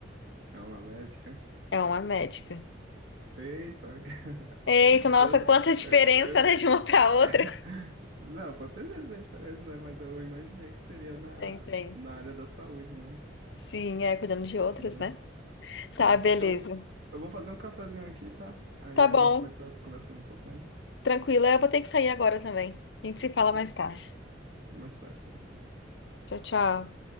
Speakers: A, on the right (about 65°); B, on the left (about 65°).
A: É uma médica?
B: é uma médica.
A: Eita! <laughs>
B: Eita, nossa,
A: Eu,
B: quanta diferença,
A: eu-
B: né, de uma para outra.
A: <laughs> Não, com certeza tem diferença, né? Mas eu imaginei que seria na,
B: Tem, tem.
A: na área da saúde, né?
B: Sim, é, cuidando de
A: Entendeu?
B: outras, né?
A: Certo?
B: Tá, beleza.
A: Eu, vou- eu vou fazer um cafezinho aqui, tá? Aí
B: Tá
A: a
B: bom,
A: gente pode estar conversando um pouco mais,
B: tranquila. Eu vou ter que sair agora também. A gente se fala
A: tá?
B: mais tarde.
A: mais tarde, então. tá bom.
B: Tchau, tchau.